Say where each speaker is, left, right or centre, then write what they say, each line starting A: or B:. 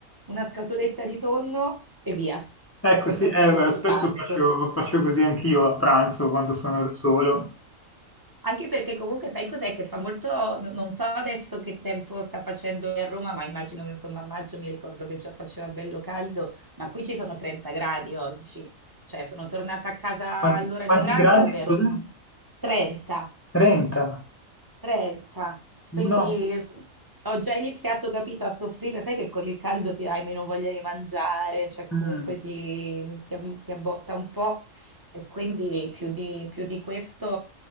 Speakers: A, on the right; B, on the left.
A: una scatoletta di tonno e via.
B: Ecco,
A: Questo
B: sì, eh,
A: è stato
B: guarda,
A: il mio
B: spesso
A: pranzo.
B: faccio, faccio così anch'io a pranzo quando sono da solo.
A: Anche perché comunque sai cos'è che fa molto, n- non so adesso che tempo sta facendo qui a Roma, ma immagino che insomma a maggio mi ricordo che già faceva bello caldo, ma qui ci sono 30 gradi oggi, cioè sono tornata a casa
B: Quanti,
A: all'ora
B: quanti
A: di pranzo
B: gradi,
A: che
B: scusa?
A: ero in 30.
B: 30?
A: 30, quindi
B: No.
A: s- ho già iniziato, capito, a soffrire, sai che con il caldo ti hai meno voglia di mangiare, cioè comunque
B: Mm.
A: ti, ti ab- ti abbotta un po' e quindi più di, più di questo